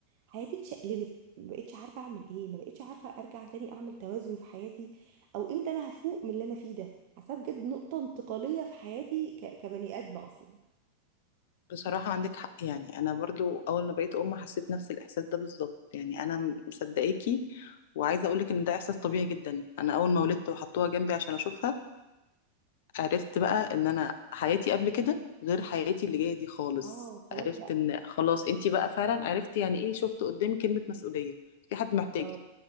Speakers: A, on the right; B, on the left.
A: حياتي اتشقلبت ما بقتش عارفه اعمل ايه ما بقتش عارفه ارجع تاني اعمل توازن في حياتي او امتى انا هفوق من اللي انا فيه ده حاسه بجد نقطه انتقاليه في حياتي ك... كبني ادمه اصلا
B: بصراحة عندك حق يعني أنا برضو أول ما بقيت أم حسيت نفس الإحساس ده بالظبط يعني أنا م- مصدقاكي وعايزة أقولك إن ده إحساس طبيعي جدا أنا أول ما ولدت وحطوها جنبي عشان أشوفها عرفت بقى إن أنا حياتي قبل كده غير حياتي اللي جاية دي خالص
A: اه خلاص
B: عرفت
A: بقى
B: إن خلاص أنتي بقى فعلا عرفت يعني إيه شفت قدامي كلمة مسؤولية في حد محتاجك
A: بالظبط